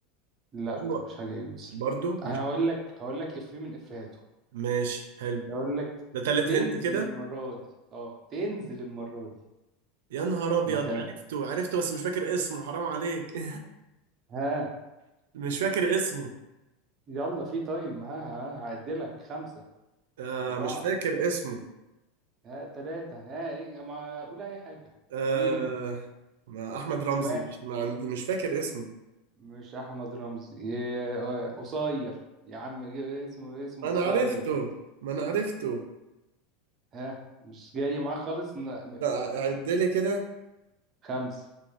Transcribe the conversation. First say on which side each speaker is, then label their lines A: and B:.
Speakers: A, on the right; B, on the right.
A: لا
B: هو
A: مش حاجة يونس
B: برضو مش
A: هقول لك هقول لك إفيه من إفيهاته
B: ماشي حلو
A: هقول لك
B: ده تالت
A: تنزل
B: هنت كده
A: المرة دي اه تنزل المرة دي
B: يا نهار ابيض
A: مكان
B: عرفته عرفته بس مش فاكر اسمه حرام عليك
A: ها
B: <laughs> مش فاكر اسمه
A: يلا في تايم ها ها هعدلك خمسة
B: آه
A: أربعة
B: مش فاكر اسمه
A: ها تلاتة ها إيه ما أقول أي حاجة
B: آه
A: اتنين
B: ما احمد رمزي
A: واحد
B: مش ما عندي مش فاكر اسمه
A: مش أحمد رمزي يا- قصير يا عم جه- اسمه اسمه
B: ما
A: قصير
B: انا عرفته ما انا عرفته
A: ها مش جاي معاك خالص ن-
B: لا عد لي كده
A: خمسة